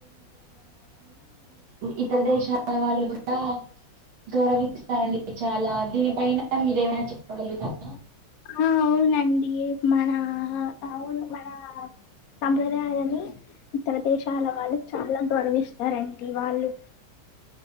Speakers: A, on the right; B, on the left.
A: ఇతర దేశాల వాళ్ళు కూడా గౌరవిస్తారండి చాలా దీనిపైన మీరేమైనా చెప్పగలుగుతార
B: ఆ అవునండి మన అవును మన సాప్రదాయాలని ఇతర దేశాల వాళ్ళు చాలా గౌరవిస్తారండి వాళ్ళు